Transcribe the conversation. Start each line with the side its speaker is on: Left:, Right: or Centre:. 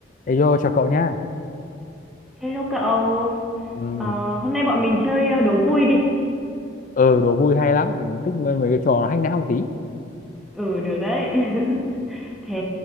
Left: Ê vô chào cậu nhá.
Centre: Hello cậu,
Left: Ừ,
Centre: ờ, hôm nay bọn mình chơi ờ, đố vui đi.
Left: ờ, đố vui hay lắm, mình cũng thích mấy, mấy cái trò hack não một tí.
Centre: Ừ, được đấy. <laughs> Thế